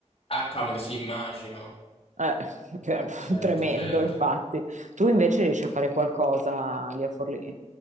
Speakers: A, on the left (about 50°); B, on the right (about 85°).
A: Ah, cavolo, sì, immagino.
B: Eh, <laughs> cioè,
A: Certo,
B: tremendo,
A: certo.
B: infatti. Tu invece riesci a fare qualcosa lì a Forlì?